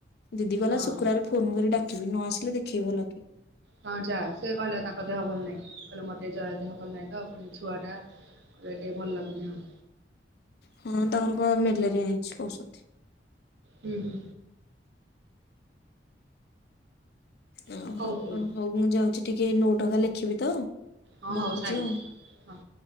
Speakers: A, on the left; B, on the right.
A: ଦିଦି କହିଲା,
B: ହଁ
A: ଶୁକ୍ରବାର ଫୋନ କରି ଡାକ୍ କିବି ନ ଆସିଲେ, ଦେଖେଇବି ଭଲକି।
B: ହଁ ଯା ସେ କହିଲେ ତାଙ୍କ ଦେହ ଭଲ ନାହିଁ। କହିଲେ, ମୋତେ ଯା ଦେହ ଭଲ ନାହିଁ ତ ପୁଣି ଛୁଆ ଟା କହିଲେ ଟିକେ ଭଲଲାଗୁନି ଆଉ।
A: ହଁ ତାଙ୍କର କଣ ମେଲେରିଆ ହେଇଛି କହୁଛନ୍ତି।
B: ହୁଁ।
A: ଓ
B: ସେ କହୁଥିଲେ
A: ହଉ, ହଉ ମୁଁ ଯାଉଛି ଟିକେ ନୋଟ୍ ଆକା ଲେଖିବି ତ।
B: ହଁ
A: ରଖୁଛି
B: ହଉ ସାରିଦିଅ
A: ଆଉ।
B: ହଁ